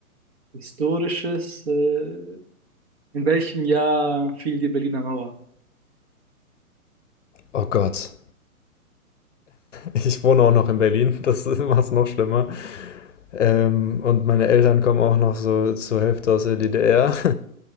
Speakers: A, on the right (about 45°); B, on the left (about 55°).
A: Historisches. Äh, in welchem Jahr fiel die Berliner Mauer?
B: Oh Gott. Ich wohne auch noch in Berlin, das macht es noch schlimmer. Ähm, und meine Eltern kommen auch noch so zur Hälfte aus der DDR.